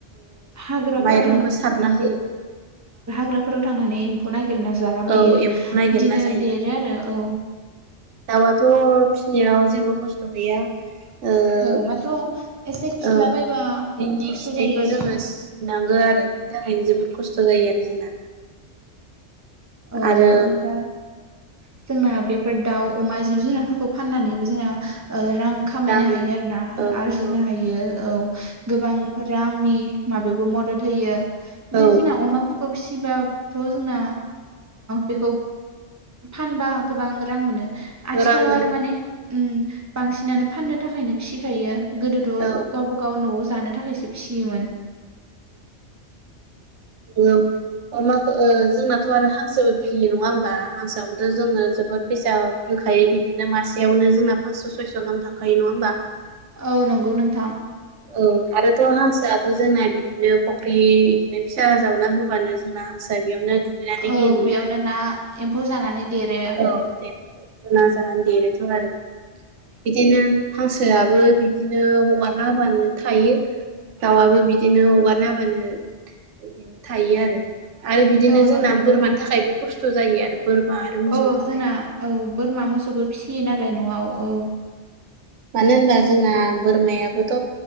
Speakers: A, on the right; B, on the right.
A: हाग्राफोराव
B: माइरंबो सारना होयो
A: खग्राफोराव थांनानै एम्फौ नागिरना जालाबायो
B: औ एम्फौ नागिरना
A: बिदिनो
B: जायो
A: देरो आरो औ
B: दाउआथ' फिसिनायाव जेबो खस्थ' गैया बिनि
A: औ माथ्र' एसे खिलाबायबा खस्थ'
B: खिनायखौ
A: जायो आरो
B: जोङो सिबनानै नंगो आरो बेनि थाखायनो जोबोद खस्थ' जायो आरो जोंना
A: ओ
B: आरो
A: ओमफ्राय जोंना बेफोर दाउ अमा जिब जुनारफोरखौ फाननानैबो जोंना रां खामायनो
B: मोनो
A: हायो आरो ना
B: औ
A: आरजिनो
B: औ
A: हायो औ गोबां रांनि माबायावबो मदद होयो बिदिनो
B: औ
A: जोंना अमाफोरखौ फिसिबा थ' जोंना बेखौ फानबा गोबां रां मोनो आथिखालाव
B: रां मोनो
A: आरो माने बांसिनानो फाननो थाखायनो फिसिखायो गोदोथ'
B: औ
A: गावबागाव न'आव जानो थाखायसो फिसियोमोन
B: औ अमाखौ जोंनाथ' आरो हांसो फिसियो नङा होमबा हांसोआबोथ' जोंनो जोबोद फैसा ख थायो बिदिनो मासेयावनो जोंना फास्स' सयस' गाहाम थांखायो नङा होमबा
A: औ नंगौ नोंथां
B: औ आरोथ' हांसोआथ' जोंना बिदिनो फुख्रि बिदिनो फिसा जावना होबानो जोंना हांसौआ बेयावनो दुगैनानै
A: औ
B: गेलेयो
A: बेयावनो ना एम्फौ जानानै देरो
B: औ देना जानानै देरोथ' आरो बिदिनो हांसोआबो बिदिनो हगार हबानो थायो दाउआबो बिदिनो हगारना हाबानो बिदिनो थायो आरो आरो बिदिनो
A: औ
B: जोंना
A: नंगौ नोंथां
B: बोरमानि थाखायबो खस्थ' जायो आरो बोरमा आरो मोसौनि
A: औ
B: थाखाय।
A: जोंना औ बोरमा मोसौबो फिसियो नालाय न'आव औ
B: मानो होनबा जोंना बोरमायाबोथ'